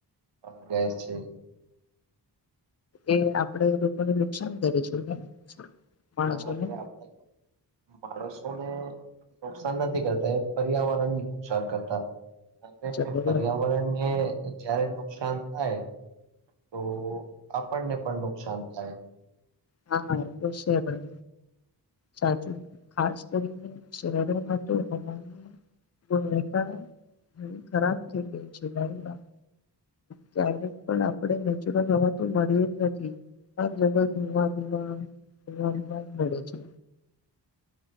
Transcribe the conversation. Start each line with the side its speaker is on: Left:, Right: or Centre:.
Right: અ ગેસ છે
Left: એ આપડે લોકોને નુકસાન કરે છે ને. માણસોને
Right: હા એ <inaudible> માણસોને નુકસાન નથી કરતા એ પર્યાવરણ ને નુકસાન કરતા અને
Left: જબર.
Right: પર્યાવરણને જયારે નુકસાન થાય તો આપણને પણ નુકસાન થાય.
Left: હા હા એ ખુ છે ભ સાચું ખાસ કરીને શહેરોમાં તો હવાની ગુણવત્તા ઘ ખરાબ થઈ ગઈ છે ગાઈમાં ક્યારેક પણ આપણે નેચરલ હવા તો મળી જ નથી હ જગ ધવા ધુવા દુવા દુવા જ મળે છે